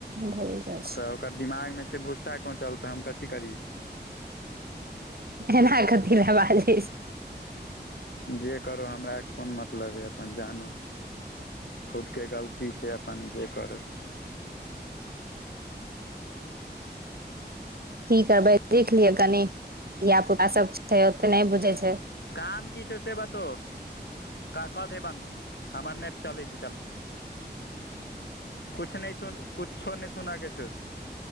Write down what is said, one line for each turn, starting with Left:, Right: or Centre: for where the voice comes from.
Right: भै जा छै।
Left: तऽ ओकर दिमागमे छै भुस्सा कोचल तऽ हम कथी करियै?
Right: एना कति नऽ बाज!
Left: जे करो, हमरा कोन मतलब यऽ अपन जानो। खुदके गलती छै, अपन जे करू।
Right: की कहबै। देख लियै कनी, धियापुता सब छै, ओतेक नहि बुझै छै।
Left: काम की छै, से बताो? का कऽ देे बन्द, हमर नेट चलै छै, चल। किछु नहि सुन, कुछो नहि सुना कऽ छो,